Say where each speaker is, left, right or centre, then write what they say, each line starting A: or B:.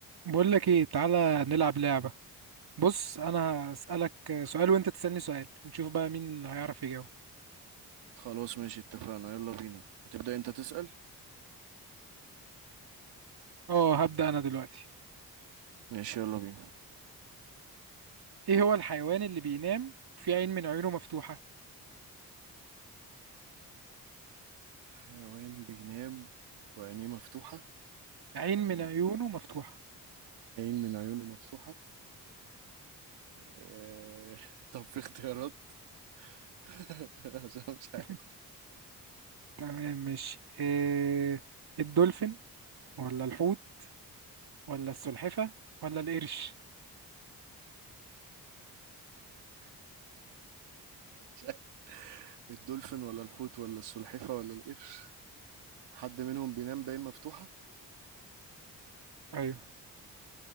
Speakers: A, on the right; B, on the right.
A: بقول لك ايه تعالى نلعب لعبة بص انا هسألك سؤال وانت تسألني سؤال ونشوف بقى مين اللي هيعرف يجاوب
B: خلاص ماشي اتفقنا يلا بينا هتبدأ انت تسأل
A: اه هبدأ انا دلوقتي
B: ماشي يلا بينا
A: ايه هو الحيوان اللي بينام وفي عين من عيونه مفتوحة
B: حيوان بينام وعينيه مفتوحة
A: عين
B: أيوة.
A: من عيونه مفتوحة
B: عين من عيونه مفتوحة اه... <laughs> طب في اختيارات <laughs> عشان مش
A: <laughs>
B: عارف
A: تمام ماشي إيه الدولفين ولا الحوت ولا السلحفة ولا القرش
B: مش عارف الدولفين ولا الحوت ولا السلحفة ولا القرش حد منهم بينام بعين مفتوحة
A: ايوه